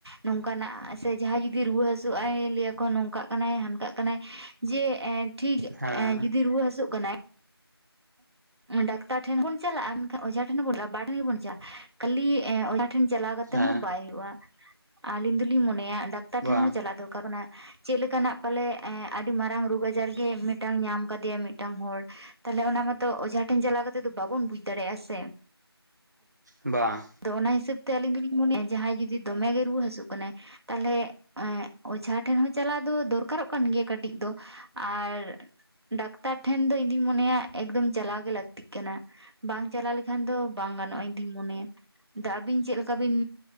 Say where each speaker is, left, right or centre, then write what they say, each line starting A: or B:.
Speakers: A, on the right; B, on the right.
A: ᱱᱚᱝᱠᱟᱱᱟᱜ ᱥᱮ ᱡᱟᱦᱟᱸᱭ ᱡᱩᱫᱤ ᱨᱩᱣᱟᱹ ᱦᱟᱹᱥᱩ ᱦᱟᱹᱥᱩᱜ-ᱟᱭ ᱞᱮᱭᱟᱠᱚ ᱱᱚᱝᱠᱟᱜ ᱠᱟᱱᱟᱭ ᱦᱟᱝᱠᱟᱜ ᱠᱟᱱᱟᱭ᱾ ᱡᱮ ᱮᱸ ᱴᱷᱤᱠ
B: ᱦᱮᱸ
A: ᱮᱸ ᱡᱩᱫᱤ ᱨᱩᱣᱟᱹ ᱦᱟᱹᱥᱩᱜ ᱠᱟᱱᱟᱭ ᱰᱟᱠᱛᱟᱨ ᱴᱷᱮᱱ ᱵᱚᱱ ᱪᱟᱞᱟᱜᱼᱟ ᱢᱮᱱᱠᱷᱟᱱ ᱚᱡᱷᱟ ᱴᱷᱮᱱ ᱦᱚᱸ ᱵᱚᱱ ᱪᱟᱞᱟᱜᱼᱟ ᱵᱟᱨ ᱴᱷᱮᱱ ᱜᱮ ᱵᱚᱱ ᱪᱟᱞᱟᱜᱼᱟ᱾ ᱠᱷᱟᱹᱞᱤ ᱚᱡᱷᱟ ᱴᱷᱮᱱ ᱪᱟᱞᱟᱣ ᱠᱟᱛᱮ
B: ᱦᱮᱸ
A: ᱦᱚᱸ ᱵᱟᱭ ᱦᱩᱭᱩᱜᱼᱟ᱾ ᱟᱞᱤᱧ ᱫᱩᱞᱤᱧ ᱢᱚᱱᱮᱭᱟ ᱰᱟᱠᱛᱟᱨ ᱴᱷᱮᱱ
B: ᱵᱟᱝ
A: ᱦᱚᱸ ᱪᱟᱞᱟᱜ ᱫᱚᱨᱠᱟᱨ ᱠᱟᱱᱟ᱾ ᱪᱮᱫ ᱞᱮᱠᱟᱱᱟᱜ ᱯᱟᱞᱮ ᱮᱸ ᱟᱹᱰᱤ ᱢᱟᱨᱟᱝ ᱨᱳᱜᱽ ᱟᱡᱟᱨ ᱜᱮ ᱢᱤᱫᱴᱟᱝ ᱧᱟᱢ ᱠᱟᱫᱮᱭᱟ ᱢᱤᱫᱴᱟᱝ ᱦᱚᱲ᱾ ᱛᱟᱦᱚᱞᱮ ᱚᱱᱟ ᱢᱟᱛᱚ ᱚᱡᱷᱟ ᱴᱷᱮᱱ ᱪᱟᱞᱟᱣ ᱠᱟᱛᱮᱫ ᱫᱚ ᱵᱟᱵᱚᱱ ᱵᱩᱡᱽ ᱫᱟᱲᱮᱭᱟᱜ-ᱟ ᱥᱮ᱾
B: ᱵᱟᱝ᱾
A: ᱫᱚ ᱚᱱᱟ ᱦᱤᱥᱟᱹᱵ ᱛᱮ ᱟᱹᱞᱤᱧ ᱫᱚᱞᱤᱧ ᱢᱚᱱᱮᱭᱟ ᱡᱟᱦᱟᱸᱭ ᱡᱩᱫᱤ ᱫᱚᱢᱮ ᱜᱮᱭ ᱨᱩᱣᱟᱹ ᱦᱟᱹᱥᱩᱜ ᱠᱟᱱᱟᱭ ᱛᱟᱦᱞᱮ ᱚᱡᱷᱟ ᱴᱷᱮᱱ ᱦᱚᱸ ᱪᱟᱞᱟᱣ ᱫᱚ ᱫᱚᱨᱠᱟᱨᱚᱜ ᱠᱟᱱ ᱜᱮᱭᱟ ᱠᱟᱹᱴᱤᱡ ᱫᱚ ᱟᱨ ᱰᱟᱠᱛᱟᱨ ᱴᱷᱮᱱ ᱫᱚ ᱤᱧ ᱫᱩᱧ ᱢᱚᱱᱮᱭᱟ ᱮᱠᱫᱚᱢ ᱪᱟᱞᱟᱣ ᱜᱮ ᱞᱟᱠᱛᱤᱜ ᱠᱟᱱᱟ᱾ ᱵᱟᱝ ᱪᱟᱞᱟᱣ ᱞᱮᱠᱷᱟᱱ ᱫᱚ ᱵᱟᱝ ᱜᱟᱱᱚᱜᱼᱟ ᱤᱧ ᱫᱩᱧ ᱢᱚᱱᱮᱭᱟ᱾ ᱫᱟ ᱟᱵᱤᱱ ᱪᱮᱫ ᱞᱮᱠᱟ ᱵᱤᱱ